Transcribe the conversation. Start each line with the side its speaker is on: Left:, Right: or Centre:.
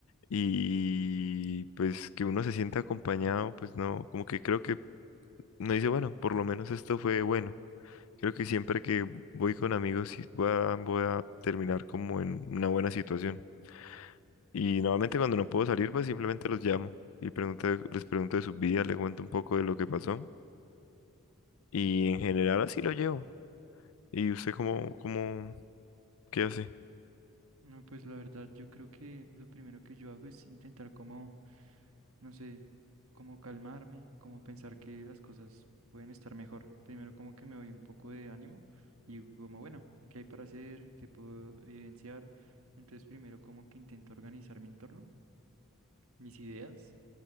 Left: y pues que uno se sienta acompañado, pues no, como que creo que no dice, bueno, por lo menos esto fue bueno. Creo que siempre que voy con amigos sí voy a, voy a terminar como en una buena situación. Y normalmente cuando no puedo salir, pues simplemente los llamo y pregunto, les pregunto de sus vidas, les cuento un poco de lo que pasó. Y en general así lo llevo. ¿Y usted cómo, cómo, qué hace?
Right: No, pues la verdad, yo creo que lo primero que yo hago es intentar como, no sé, como calmarme, como pensar que las cosas pueden estar mejor. Primero como que me doy un poco de ánimo y digo como, bueno, ¿qué hay para hacer? ¿Qué puedo evidenciar? Entonces primero como que intento organizar mi entorno, mis ideas.